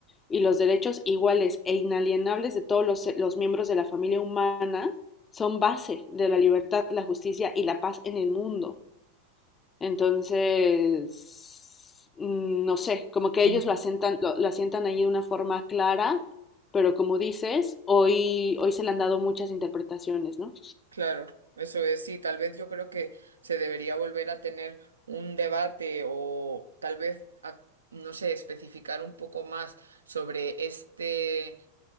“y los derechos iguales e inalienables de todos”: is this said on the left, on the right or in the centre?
Left